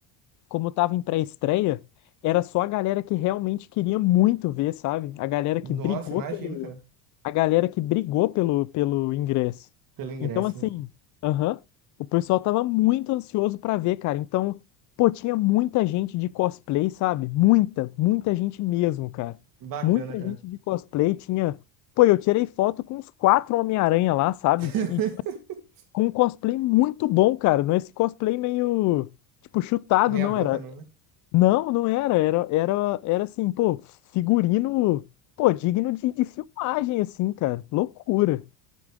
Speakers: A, on the left (about 45°); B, on the right (about 50°).
A: como tava em pré-estreia, era só a galera que realmente queria muito ver, sabe? A galera
B: Nossa,
A: que brigou
B: imagino,
A: pelo
B: cara.
A: a galera que brigou pelo, pelo ingresso.
B: Pelo ingresso,
A: Então, assim,
B: né?
A: aham, o pessoal tava muito ansioso pra ver, cara. Então, pô, tinha muita gente de cosplay, sabe? Muita, muita gente mesmo, cara.
B: Bacana,
A: Muita
B: cara.
A: gente de cosplay tinha. Pô, eu tirei foto com uns quatro Homem-Aranha lá, sabe?
B: <laughs>
A: E tipo, com um cosplay muito bom, cara. Não é esse cosplay meio, tipo, chutado,
B: Meia
A: não.
B: boca
A: Era,
B: não, né?
A: não, não era. Era, era, era assim, pô, figurino, pô, digno de, de filmagem, assim, cara. Loucura.